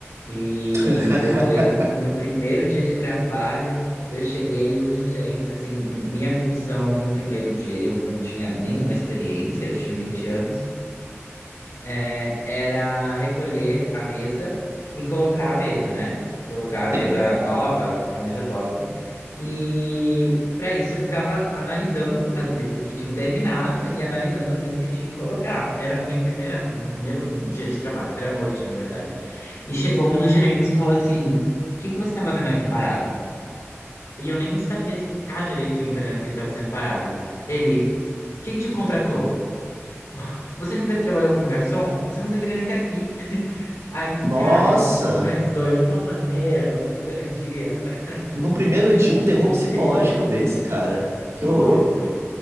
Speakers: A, on the left; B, on the right.
A: E
B: <laughs>
A: eu lembro que no meu primeiro dia de trabalho, eu cheguei e os gerentes, assim, minha função no primeiro dia, eu não tinha nenhuma experiência, eu tinha 20 anos, é, era recolher a mesa e colocar a mesa, né? Colocar a mesa
B: Sim.
A: nova, a mesa posta. E para isso eu ficava analisando as mesas que tinham terminado e analisando as mesas que eu tinha que colocar. Era a minha primeira, meu primeiro dia de trabalho. Era noite, na verdade. E chegou um dos gerentes e falou assim: O que que você está fazendo aqui parado? E eu nem sabia explicar direito em italiano o que ele estava fazendo parado. Ele, quem te contratou? <laughs> Você nunca trabalhou como garçom? Você não deveria nem estar aqui. <laughs> Aí,
B: Nossa!
A: cara, isso me desmoralizou de uma maneira no meu primeiro dia. <laughs>
B: No primeiro dia, um terror
A: Foi
B: psicológico
A: terrível.
B: desse, cara. Que
A: Foi,
B: horror.
A: foi.